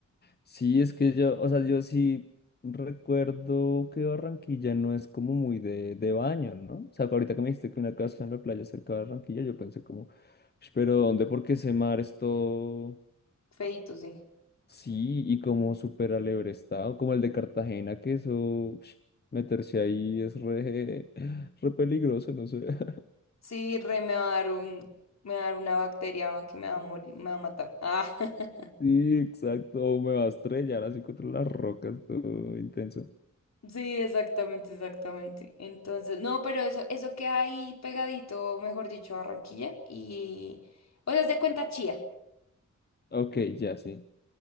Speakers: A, on the left; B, on the left.
A: Sí, es que yo, o sea, yo sí recuerdo que Barranquilla no es como muy de, de baño, ¿no? O sea, ahorita que me dijiste que una casa en la playa cerca de Barranquilla, yo pensé como, "Ush, pero ¿dónde? Porque ese mar es todo,
B: Feíto, sí.
A: sí, y como súper alebre estado, como el de Cartagena, que eso, ush, meterse ahí es re, <laughs> re peligroso, no sé. <laughs>
B: Sí, re me va a dar un, me va a dar una bacteria que me va a morir, me va a matar. Ah, <laughs>
A: Sí, exacto, o me va a estrellar así contra las rocas, todo intenso.
B: sí, exactamente, exactamente. Entonces, no, pero eso, eso queda ahí pegadito, mejor dicho, a Barranquilla. Y, o sea, se cuenta chía.
A: Ok, ya sí.